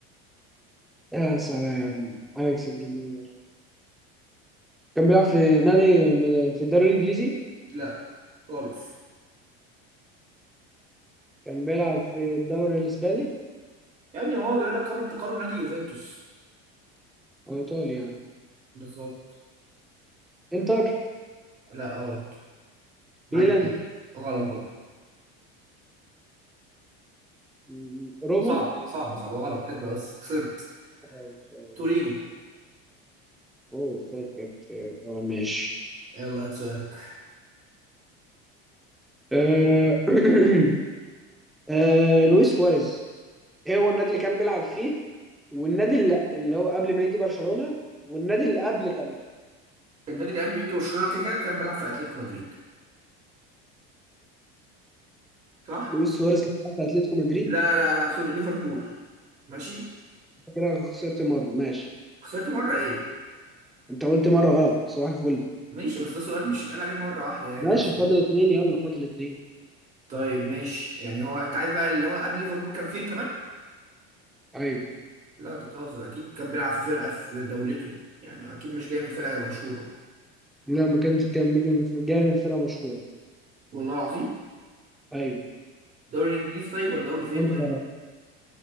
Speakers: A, in the centre; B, on the right.
A: يا سلام اليكس بريمير كان بيلعب في نادي من- في الدوري الانجليزي
B: لا خالص
A: كان بيلعب في الدوري الاسباني
B: يعني هو بيقول لك قبل انتقاله لنادي يوفنتوس
A: او ايطالي يعني
B: بالظبط
A: انتر
B: لا غلط معاك
A: ميلان
B: اتنين غلط برضه
A: م- روما
B: صعب صعب صعب غلط ابلع بس خسرت
A: اه، فا-
B: تورينو
A: اوه فاكر اه ماشي
B: يلا هات سؤالك
A: آه، <clears throat> آه، لويس سواريز ايه هو النادي اللي كان بيلعب فيه والنادي اللي, اللي هو قبل ما يجي برشلونة والنادي اللي قبل كمان
B: النادي اللي قبل يونج برشلونة كده كده كان بيلعب في أتلتيكو مدريد صح
A: لويس سواريز كان بيلعب في اتلتيكو مدريد
B: لا لا لا سوري ليفربول ماشي
A: أنت كده خسرت مرة ماشي
B: خسرت مرة ايه
A: انت قلت مرة غلط صباح الفل
B: ماشي بس ده سؤال مش هيتقال عليه مرة واحدة يعني
A: ماشي
B: اصلا
A: فاضل اتنين يلا فاضل اتنين
B: طيب ماشي يعني هو انت عايز بقى اللي هو قبل ليفربول كان فين كمان
A: ايوه
B: لا انت بتهزر اكيد كان بيلعب في فرقة في دولته يعني اكيد مش جاي من فرقة مشهورة
A: لا ما كانش كان بيجي من جاي من فرقة مشهورة
B: والله العظيم
A: ايوه
B: دوري انجليزي طيب ولا دوري فين
A: وانت
B: طيب
A: تعرف